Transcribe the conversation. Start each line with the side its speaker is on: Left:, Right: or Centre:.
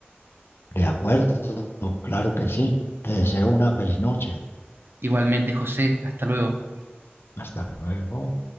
Left: De acuerdo, claro que sí. Te deseo una feliz noche.
Right: Igualmente, José, hasta luego.
Left: Hasta luego.